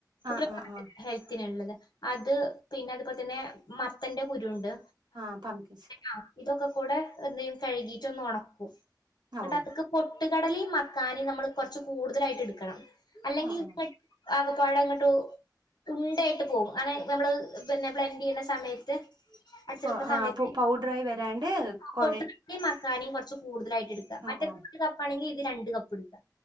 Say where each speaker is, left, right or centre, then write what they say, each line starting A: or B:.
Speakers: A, on the left; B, on the right.
A: കുട്ടികള
B: ആ ആ ആ
A: ഹെൽത്തിന ഉള്ളത് അത് പിന്നെ അതുപോലെ തന്നെ മത്തന്റെ കുരു ഇണ്ട്
B: ആഹ പാമ്കിസ്
A: ആഹ് ഇതൊക്കെ കൂടെ എന്തേയ്യും കഴുകിട്ട ഒന്ന് ഉണക്കും
B: ഓ
A: എന്നിട്ട് അതക്ക പൊട്ടുകടലയും മക്കാനിം നമ്മൾ കുറച്ച് കൂടുതലായിട്ട് എടുക്കണം അല്ലെങ്കിൽ
B: ആ ആ
A: ആകെപ്പാടങ്ങോട്ടും തുണ്ടായിട്ട് പോകും അങ്ങനെ നമ്മള് പിന്നെ ബ്ലന്ഡ് ചെയ്യണ്ട സമയത്ത് അടിച്ചെടുക്കുന്ന
B: കൊ- ആ
A: സമയത്ത്
B: പു- പൗഡറായി വരാണ്ട് കൊഴ
A: കൊട്ടയും മക്കാനയും കുറച്ച് കൂടുതലായിട്ട് എടുക്ക
B: ഓ
A: മറ്റ
B: ഓ
A: കപ്പാണെങ്കിൽ ഇത് രണ്ട് കപ്പ് എട്ക്ക